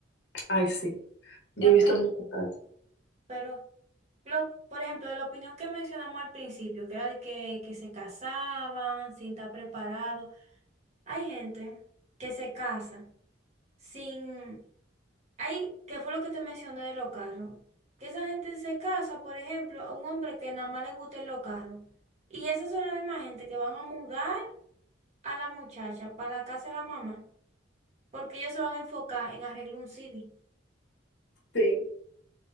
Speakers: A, on the left; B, on the right.
A: ay, sí.
B: Da
A: Yo he visto
B: pena.
A: muchos casos.
B: Pero, lo, por ejemplo, de la opinión que mencionamos al principio, que era de que, que se casaban sin estar preparados. Hay gente que se casa sin... Hay, que fue lo que te mencioné de los carros. Que esa gente se casa, por ejemplo, a un hombre que nada más le gusten los carros. Y esas son las mismas gente que van a mudar a la muchacha para la casa de la mamá. Porque ellos se van a enfocar en arreglar un CD.
A: Sí,